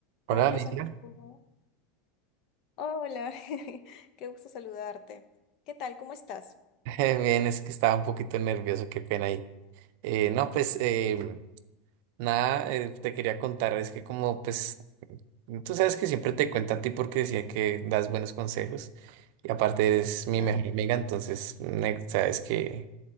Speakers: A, on the right; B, on the left.
A: Hola
B: Hola
A: Alicia,
B: Santiago. Hola, <laughs> qué gusto saludarte. ¿Qué tal? ¿Cómo estás?
A: <laughs> bien, es que estaba un poquito nervioso, qué pena ahí. Eh, no, pues em, nada, eh, te quería contar, es que como pues tú sabes que siempre te cuento a ti porque decía que das buenos consejos y aparte eres mi
B: Claro.
A: mejor amiga, entonces me- sabes que,